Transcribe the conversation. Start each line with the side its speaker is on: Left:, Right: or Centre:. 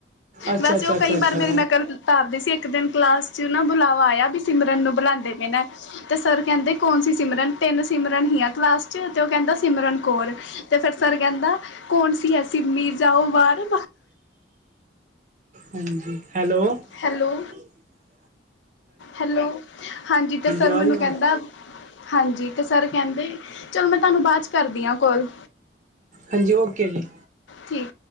Right: ਅੱਛਾ
Left: ਵੈਸੇ
Right: ਅੱਛਾ
Left: ਉਹ,
Right: ਅੱਛਾ
Left: ਕਈ ਵਾਰ,
Right: ਅੱਛਾ
Left: ਮੇਰੀ ਨਕਲ ਤਾਰਦੇ ਸੀ। ਇੱਕ ਦਿਨ ਕਲਾਸ ਚ, ਨਾ ਬੁਲਾਵਾ ਆਇਆ ਵੀ, ਸਿਮਰਨ ਨੂੰ ਬੁਲਾਉਂਦੇ ਪਏ ਨੇ। ਤੇ, ਸਰ ਕਹਿੰਦੇ ਕੌਣ ਸੀ ਸਿਮਰਨ। ਤਿੰਨ ਸਿਮਰਨ ਹੀ ਆ, ਕਲਾਸ ਚ। ਤੇ ਉਹ ਕਹਿੰਦਾ ਸਿਮਰਨ ਕੌਰ। ਤੇ ਫੇਰ ਸਰ ਕਹਿੰਦਾ। ਕੌਣ ਸੀ ਆ ਸਿਮੀ, ਜਾਓ ਬਾਹਰ।
Right: ਹਾਂਜੀ, ਹੈਲੋ।
Left: ਹੈਲੋ।
Right: <inaudible>
Left: ਹੈਲੋ, ਹਾਂਜੀ ਤੇ ਸਰ
Right: ਆ
Left: ਮੈਨੂੰ
Right: ਰਹੀ
Left: ਕਹਿੰਦਾ,
Right: ਆਵਾਜ਼
Left: ਹਾਂਜੀ, ਤੇ ਸਰ ਕਹਿੰਦੇ ਚਲੋ ਮੈਂ ਤੁਹਾਨੂੰ ਬਾਅਦ ਚ ਕਰਦੀ ਆਂ ਕੋਲ।
Right: ਹਾਂਜੀ ਓਕੇ ਜੀ
Left: ਠੀਕ